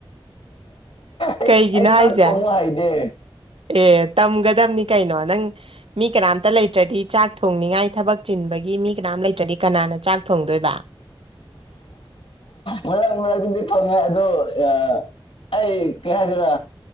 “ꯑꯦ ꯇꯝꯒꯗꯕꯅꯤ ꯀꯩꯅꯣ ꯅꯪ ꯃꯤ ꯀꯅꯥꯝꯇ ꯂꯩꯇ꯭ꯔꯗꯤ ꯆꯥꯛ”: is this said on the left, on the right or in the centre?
Right